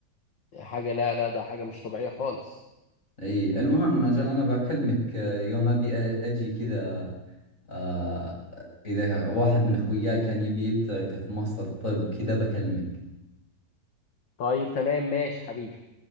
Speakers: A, on the left; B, on the left.
A: حاجة لا لا ده حاجة مش طبيعية خالص
B: إي المهم أجل أنا بكلمك آه، يوم أبي أ- أجي كذا آه إذا واحد من أخوياي كان يبي يبتعث في مصر طب كذا بكلمك
A: طيب تمام ماشي حبيبي